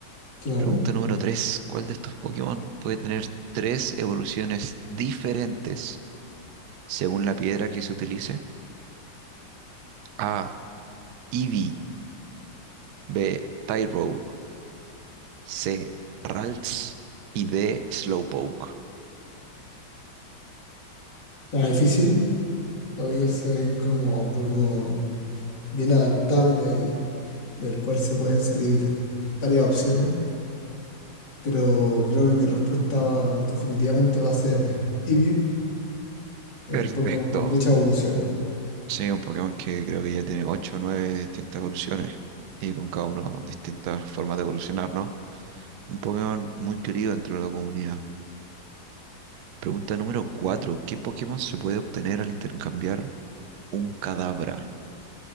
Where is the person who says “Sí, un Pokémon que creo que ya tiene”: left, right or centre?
Right